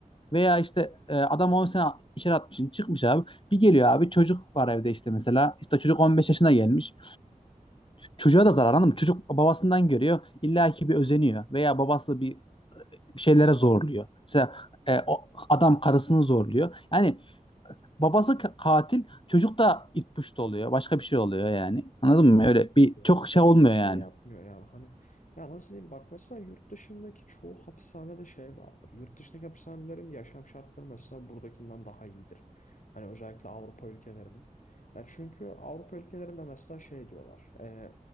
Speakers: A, on the left (about 35°); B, on the left (about 65°).
A: Veya işte e, adam 10 sene içeri atmışsın, çıkmış abi. Bir geliyor abi çocuk var evde işte mesela. İşte çocuk 15 yaşına gelmiş. Çocuğa da zarar anladın mı? Çocuk babasından görüyor. İlla ki bir özeniyor. Veya babası bir bir şeylere zorluyor. Mesela e, o adam karısını zorluyor. Yani babası ka- katil, çocuk da it puşt oluyor. Başka bir şey oluyor yani. Anladın
B: Ya,
A: mı? Öyle
B: abi
A: bir
B: ya.
A: çok şey
B: Hani
A: olmuyor
B: hiç
A: yani.
B: şey yapmıyor yani hani ya nasıl diyeyim bak mesela yurt dışındaki çoğu hapishanede şey vardır. Yurt dışındaki hapishanelerin yaşam şartları mesela buradakinden daha iyidir. Hani özellikle Avrupa ülkelerinin. Ya çünkü Avrupa ülkelerinde mesela şey diyorlar. e,